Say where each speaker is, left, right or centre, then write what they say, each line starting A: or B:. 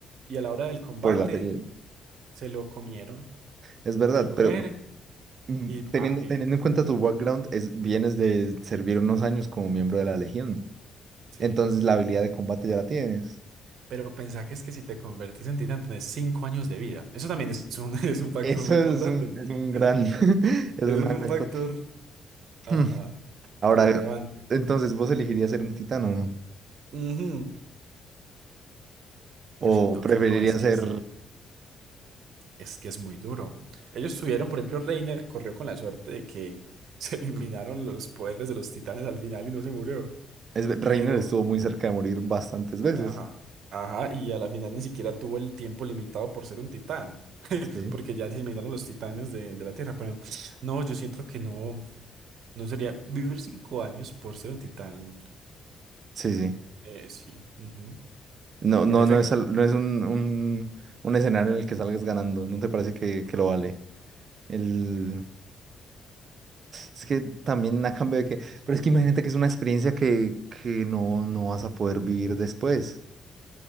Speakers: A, on the right; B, on the right.
A: y a la hora del combate
B: por el apellido.
A: se lo comieron.
B: Es verdad,
A: Llegó
B: pero
A: Eren
B: mm,
A: y pa'
B: teniendo,
A: qué.
B: teniendo en cuenta tu background, es, vienes de servir unos años como miembro de la Legión.
A: Sí.
B: Entonces la habilidad de combate ya la tienes.
A: Pero pensá que es que si te convertís en titán tenés cinco años de vida. Eso también es un, <laughs> es un factor
B: Eso
A: muy importante.
B: es un, es un gran,
A: Es,
B: <laughs> es
A: es
B: una
A: un
B: gran
A: factor,
B: cosa.
A: ajá,
B: Hmm, Ahora,
A: relevante.
B: entonces, ¿vos elegirías ser un titán o no?
A: Ujú.
B: ¿O
A: Yo siento
B: preferirías
A: que no, es que
B: ser
A: es, es que es muy duro. Ellos tuvieron, por ejemplo, Reiner corrió con la suerte de que <laughs> se eliminaron los poderes de los titanes al final y no se murió.
B: Es, ve- Reiner
A: Pero,
B: estuvo muy cerca de morir bastantes veces.
A: ajá, ajá, y a la final ni siquiera tuvo el tiempo limitado por ser un titán, <laughs>
B: Sí,
A: porque ya se eliminaron los titanes de, de la Tierra. Pero no, yo siento que no, no sería vivir cinco años por ser un titán.
B: sí, sí.
A: Eh, sí, ujú.
B: No, no,
A: En efecto,
B: no es, al- no es un, un, un escenario en el que salgas ganando. ¿No te parece que, que lo vale? El... Es que también a cambio de que... Pero es que imagínate que es una experiencia que, que no, no vas a poder vivir después.